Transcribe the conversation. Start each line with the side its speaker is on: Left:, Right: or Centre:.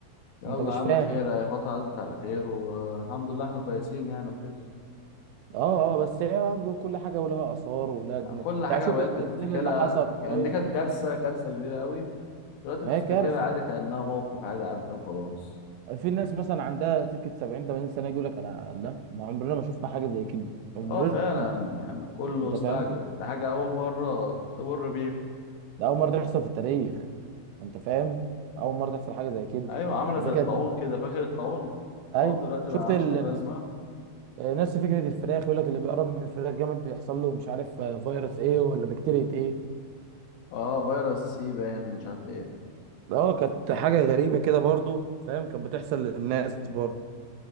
Left: يلا
Right: انت مش
Left: يا عم
Right: فاهم
Left: خير هي فترة عدت على خير والحمد لله احنا كويسين يعني وكده
Right: اه اه بس هي برضه كل حاجه ولها اثار ولها دنيا
Left: كل حاجة
Right: يعني شوف
Left: بقيت بتفتكرها
Right: الزلزال اللي حصل
Left: يعني
Right: قريب
Left: دي كانت كارثة كارثة كبيرة قوي دلوقتي
Right: ما
Left: بتفتكرها
Right: هي كارثه
Left: عادي كأنها موقف عادي عدى وخلاص
Right: في ناس مثلا عندها سكه 70 80 سنه يقول لك انا لا انا عمرنا ما شفنا حاجه زي كده عمرنا
Left: اه فعلا يعني كله
Right: انت
Left: استعجب
Right: فاهم
Left: ده حاجة أول مرة تمر بيها
Right: ده اول مره تحصل في التاريخ انت فاهم اول مره تحصل حاجه زي كده
Left: أيوة عاملة
Right: فده
Left: زي الطاعون
Right: كانت
Left: كده فاكر الطاعون الطاعون
Right: ايوه
Left: دلوقتي
Right: شفت
Left: ما عادش
Right: ال...
Left: له لازمة
Right: آه، نفس فكره الفراخ يقول لك اللي بيقرب من الفراخ جامد بيحصل له مش عارف آه، فيروس ايه ولا بكتيريا ايه
Left: اه فيروس سي باين مش عارف ايه
Right: اه كانت حاجه غريبه كده برضو فاهم كانت بتحصل للناس برضو